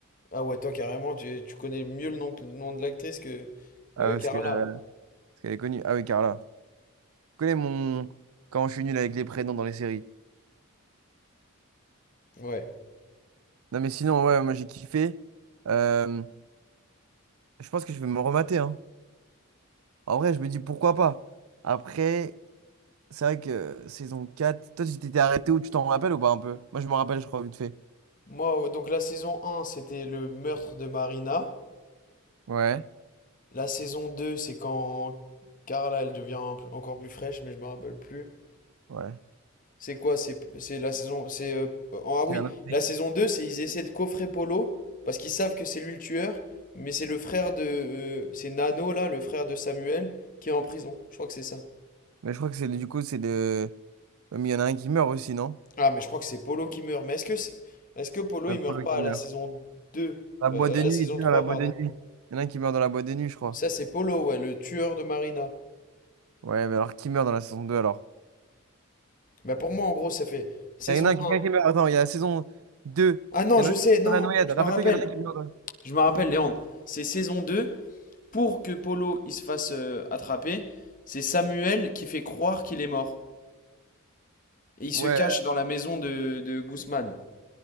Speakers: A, on the left; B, on the right.
A: Ah ouais, toi, carrément, tu, tu connais mieux le nom, le nom de l'actrice que
B: Ah,
A: euh,
B: parce
A: Carla.
B: que, euh, parce qu'elle est connue. Ah oui, Carla. connais mon... Quand je suis nul avec les prénoms dans les séries.
A: Ouais.
B: Non, mais sinon, ouais, moi j'ai kiffé. Euh, je pense que je vais me remater, hein. En vrai, je me dis pourquoi pas. Après, c'est vrai que euh, saison 4 toi tu t'étais arrêté où tu t'en rappelles ou pas un peu? Moi je me rappelle, je crois, vite fait.
A: Moi, euh, donc la saison un c'était le meurtre de Marina.
B: Ouais,
A: La saison 2 c'est quand Carla, elle devient un- encore plus fraîche, mais je me rappelle plus.
B: ouais.
A: C'est quoi? C'est c'est la saison. C'est euh, ah
B: C'est
A: oui,
B: un autre mec.
A: la saison 2, c'est ils essaient de coffrer Polo parce qu'ils savent que c'est lui le tueur, mais c'est le frère de euh, c'est Nano là, le frère de Samuel qui est en prison. Je crois que c'est ça.
B: Mais je crois que c'est du coup, c'est de Mais il y en a un qui meurt aussi, non?
A: Ah mais je crois que c'est Polo qui meurt. Mais est-ce que c'est- est-ce que Polo
B: Ouais,
A: il meurt
B: Polo
A: pas
B: qui meurt.
A: à la saison 2
B: La boîte
A: euh,
B: de
A: à la
B: nuit,
A: saison
B: il tue
A: 3,
B: dans la boîte
A: pardon.
B: de nuit. Il y en a un qui meurt dans la boîte de nuit, je crois.
A: Ça c'est Polo ouais, le tueur de Marina.
B: Ouais, mais alors qui meurt dans la saison 2 alors?
A: Bah pour moi en gros, ça fait saison
B: Il y en a un- quelqu'un
A: un.
B: qui meurt. Attends, il y a la saison deux
A: Ah non,
B: Il y
A: je
B: en a un
A: sais,
B: qui
A: non,
B: meurt dans la noyade.
A: je
B: Rappelle-toi
A: me rappelle.
B: qu'il y en a un qui meurt. dans-
A: Je me rappelle, Léandre, c'est saison deux Pour que Polo il se fasse euh, attraper, c'est Samuel qui fait croire qu'il est mort. Et il se
B: Ouais,
A: cache dans la maison de, de Guzman.